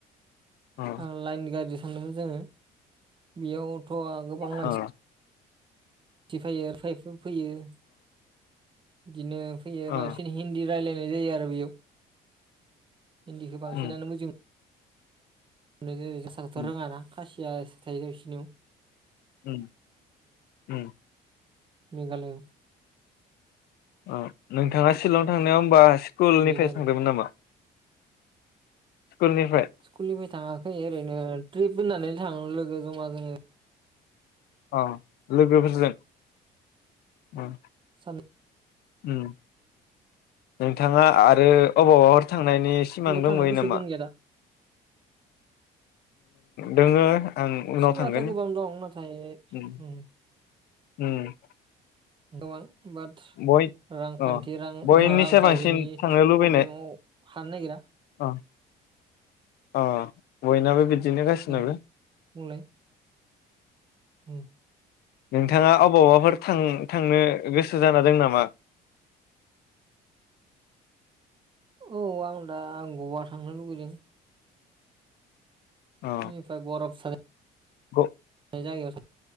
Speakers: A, on the left; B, on the right.
A: अ
B: ओ लाइन गारि थांदोंमोन जोङो बेयाव थ' गोबां मानसि
A: अ
B: <inaudible> फैयो बिदिनो फैयो
A: अ
B: बांसिन हिन्दी रायलायनाय जायो। <unintelligible> दा बेयाव हिन्दीखौ बांसिनानो
A: उम
B: मोजों <inaudible> एसेबांथ'
A: उम
B: रोङाना खासि सियासो थायो बिसिनियाव।
A: उम उम
B: मेघालयाव।
A: ओ नोंथाङा सिलं थांनायाव होमबा स्कुलनिफ्राय
B: बेनो आरो
A: थांदोंमोन नामा? स्कुलनिफ्राय
B: स्कुलनिफ्राय थाङाखै ओरैनो ट्रिप होननानै थां लोगो जमा जोङो
A: अ लोगोफोरजों।
B: सान
A: उम नोंथाङा आरो अबावबा फोर‌ थां नायनि सिमां
B: बेयाव
A: दंबावयो
B: थांनो गोसो
A: नामा?
B: दंनिया दा
A: दोङो आं उनाव
B: सिमाङाथ'
A: थांगोन
B: गोबां दं नाथाय
A: उम
B: ओम
A: उम
B: गोबां बाद
A: बय
B: रांखान्थि
A: अ
B: रां-रांखावरिनि
A: बयनिसाय बांसिन थांनो लुबैनाय
B: पब्लेमाव हानो नागिरा।
A: अ अ बयनाबो बिद बिदिनो गासिनाबो।
B: औ बुंलाय उम
A: नोंथाङा अबावबाफोर थां थांनो गोसो जाना दों नामा?
B: औ आं दा गवा थांनो लुुबैदों।
A: अ
B: निफ्राय बरफ <unintelligible>
A: ग
B: <unintelligible>